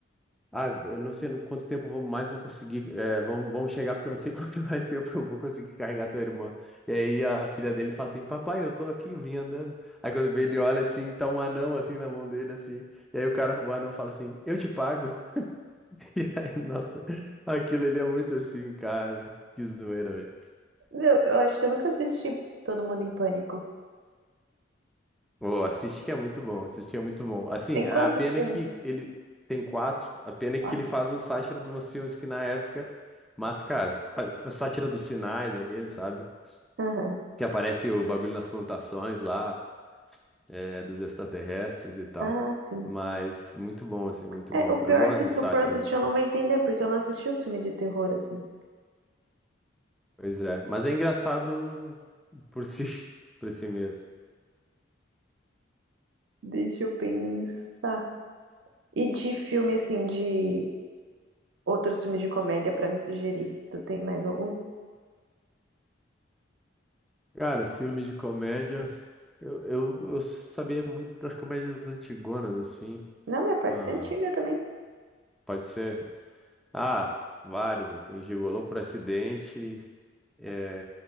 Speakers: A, in the centre; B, on the right.
A: ah, eu não sei no quanto tempo vou- mais vou conseguir, é, vamos, vamos chegar porque eu não sei <laughs> quanto mais tempo eu vou conseguir carregar tua irmã". E aí a filha dele fala assim: "Papai, eu tô aqui, eu vim andando". Aí quando vê ele olha assim, tá um anão assim na mão dele assim. E aí o cara, o anão fala assim: "Eu te pago". <laughs> E aí, nossa, aquilo ele é muito assim, cara. Que zoeira, velho.
B: Meu, eu acho que eu nunca assisti Todo Mundo em Pânico.
A: Oh, assiste que é muito bom, assiste que é muito bom. Assim,
B: Tem
A: a
B: quantos
A: pena
B: filmes?
A: é que ele tem quatro, a pena
B: Quatro.
A: é que ele faz o sátira de umas filmes que na época, mas, cara, faz, faz sátira dos sinais, aquele, sabe?
B: Aham.
A: Que aparece o bagulho nas plantações lá, é, dos extraterrestres e tal.
B: Ah, sim.
A: Mas muito bom, assim, muito
B: É,
A: bom.
B: o pior
A: Eu gosto
B: é que se
A: de sátiras,
B: eu for assistir,
A: assim.
B: eu não vou entender, porque eu não assisti os filmes de terror, assim.
A: Pois é, mas é engraçado por si, <laughs> por si mesmo.
B: Deixa eu pensar. E de filme, assim, de outros filmes de comédia pra me sugerir, tu tem mais algum?
A: Cara, filme de comédia. Eu, eu, eu sabia muito das comédias antigonas, assim.
B: Não, mas pode
A: Ah,
B: ser antiga também.
A: pode ser. Ah, vários, assim. Gigolô por acidente, é,